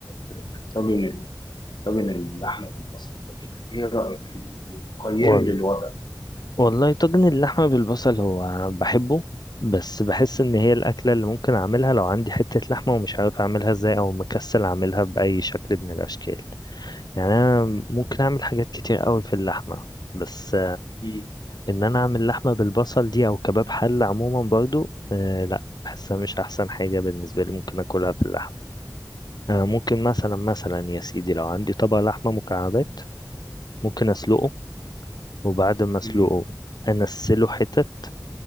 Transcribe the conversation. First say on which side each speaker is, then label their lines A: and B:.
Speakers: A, on the left (about 80°); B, on the left (about 65°).
A: في في طاجن طاجن اللحمه بالبصل ده كده ايه رايك فيه يعني قيم
B: وال-
A: لي الوضع
B: والله طاجن اللحمة بالبصل هو بحبه بس بحس ان هي الأكلة اللي ممكن أعملها لو عندي حتة لحمة ومش عارف أعملها ازاي أو مكسل أعملها بأي شكل من الأشكال يعني أنا ممكن أعمل حاجات كتير قوي في اللحمة بس
A: مم.
B: ان انا اعمل لحمه بالبصل دي او كباب حله عموما برضو آه لا بحسها مش احسن حاجه بالنسبه لي ممكن اكلها في اللحم آه ممكن مثلا مثلا يا سيدي لو عندي طبق لحمه مكعبات ممكن اسلقه وبعد ما اسلقه
A: مم.
B: انسله حتت